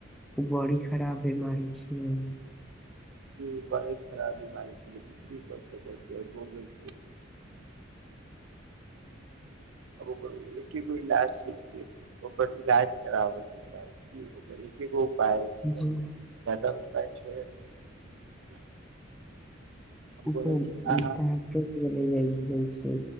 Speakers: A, in the centre; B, on the right.
A: बड़ी खराब बीमारी छै।
B: ई बड़ खराब बीमारी छै, लेकीन फ्री स्वास्थ्य छै हो गेल। आब ओकर एके गो इलाज छै। ओकर इलाज कराबैके चाही, ओकर एके गो उपाय छै।
A: जी
B: जादा उपाय थोड़े छै। हम
A: ओकर
B: बोले छै अहाँ
A: डाक्टर लग गेल जाइ छै।